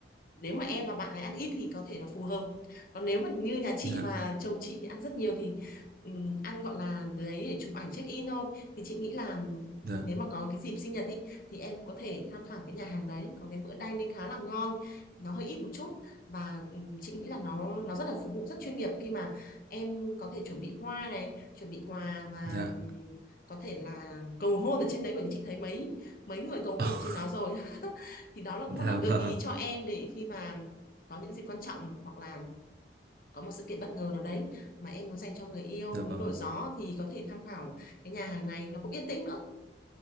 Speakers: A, on the left; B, on the right.
A: nếu mà em và bạn ấy ăn ít thì có thể là phù hợp còn nếu mà như nhà chị
B: Dạ,
A: và chồng chị thì ăn rất nhiều thì ừm, ăn gọi là đấy để chụp ảnh check in thôi thì chị nghĩ là
B: dạ,
A: nếu mà có cái dịp sinh nhật đi thì em có thể tham khảo cái nhà hàng đấy có cái bữa dining khá là ngon nó hơi ít một chút và ừm, chị nghĩ là nó nó rất là phục vụ rất chuyên nghiệp khi mà em có thể chuẩn bị hoa này chuẩn bị quà và
B: dạ, dạ.
A: có thể là cầu hôn ở trên đấy bởi vì chị thấy mấy mấy người cầu hôn
B: <laughs>
A: ở trên đó rồi <laughs> thì đó là cũng
B: Dạ
A: một là gợi
B: vâng,
A: ý cho em để khi mà có những dịp quan trọng hoặc là có một sự kiện bất ngờ nào đấy mà em muốn dành cho người yêu
B: dạ
A: muốn
B: vâng.
A: đổi gió thì có thể tham khảo cái nhà hàng này nó cũng yên tĩnh nữa